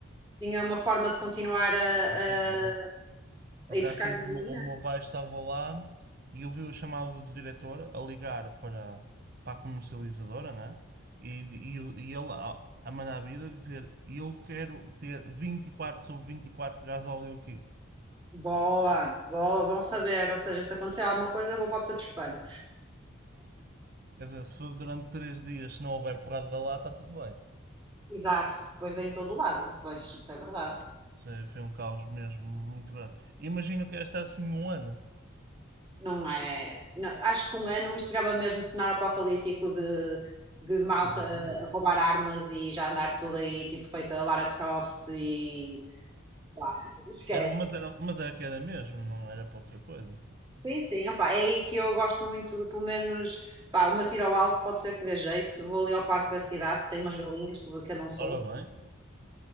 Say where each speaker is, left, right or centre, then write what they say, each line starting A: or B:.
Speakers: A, on the right; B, on the right.
A: Tinha uma forma de continuar a, a-
B: Não tinha. Por
A: a
B: acaso
A: ir buscar
B: sim,
A: gasolina?
B: o meu- o meu pai estava lá e eu vi o chamado do diretor a ligar para, para a comercializadora, né? E, e, o- e ele a, a mandar vir a dizer: Eu quero ter 24 sobre 24 gasóleo aqui.
A: Boa, boa, bom saber. Ou seja, se acontecer alguma coisa, eu vou para o Pedro Espano.
B: Quer dizer, se for durante 3 dias, se não houver porrada lá, está tudo bem.
A: Exato, porque depois é em todo lado. Pois, isso é verdade.
B: Pá, foi um caos mesmo muito grande. Imagino que era estar assim um ano,
A: não é. não- acho que um ano isto virava mesmo cenário apocalíptico de, de malta
B: completamente.
A: a roubar armas e já andar tudo aí, tipo feita Lara Croft e. pá, esquece.
B: Era, mas, era, mas era que era mesmo, não era para outra coisa.
A: Sim, sim, opá, é aí que eu gosto muito de, pelo menos, pá, o meu tiro ao alvo pode ser que dê jeito. Vou ali ao parque da cidade, que tem umas galinhas que eu que eu não sou.
B: Ora bem,